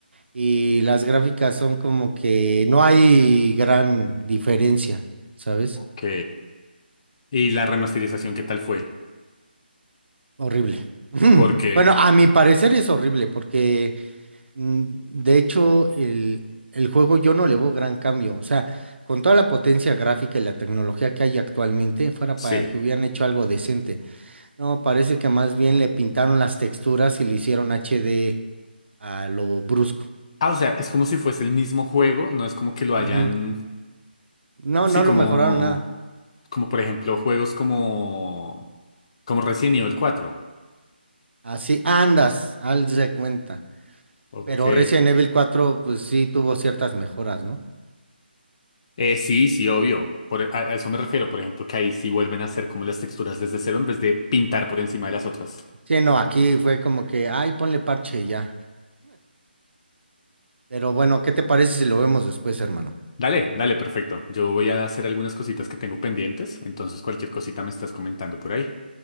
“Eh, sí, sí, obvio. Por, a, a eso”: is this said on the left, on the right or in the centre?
Left